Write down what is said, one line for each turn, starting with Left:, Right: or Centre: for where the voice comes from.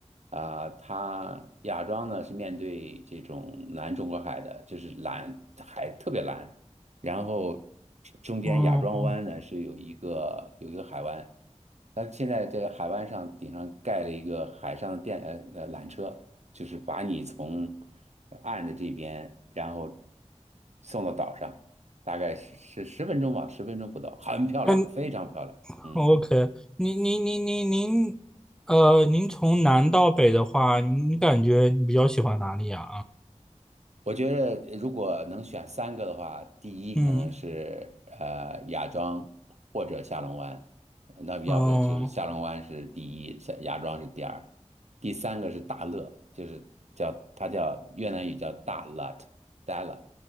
Right: 啊、它亚庄呢是面对这种南中国海的，就是蓝海特别蓝，然后中间亚庄湾呢是有一个有一个海湾，
Centre: 嗯，哦，
Right: 它现在这个海湾上顶上盖了一个海上的电呃呃缆车，就是把你从岸的这边，然后送到岛上，大概是十十分钟吧，十分钟不到，很漂亮，
Centre: 嗯。
Right: 非常漂亮。嗯，
Centre: OK，您您您您您，呃，您从南到北的话，您感觉你比较喜欢哪里啊？
Right: 我觉得呃如果能选三个的话，第一可能是呃芽庄或者下龙湾，
Centre: 嗯
Right: 那要不然就是下龙湾是第一，
Centre: 嗯哦，
Right: 下芽庄是第二，第三个是大乐，就是叫它叫越南语叫大 lat，大 l a